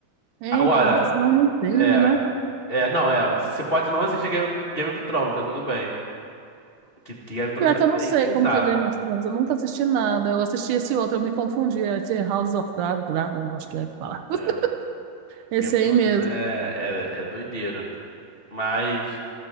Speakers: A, on the right; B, on the left.
A: É,
B: Agora,
A: Então, que senão não entende,
B: é.
A: né?
B: É, não, é. Você pode não assistir Game, Game of Thrones, tá tudo bem. Que, que Game of Thrones
A: Pior que eu não
B: é bem
A: sei
B: pesado.
A: como que é Game of Thrones, eu nunca assisti nada. Eu assisti esse outro, eu me confundi, esse House of Dra- Dragons, acho que é que fala. <laughs>
B: É.
A: Esse
B: Game of
A: aí
B: Thrones
A: mesmo.
B: é, é, é doideira. Mas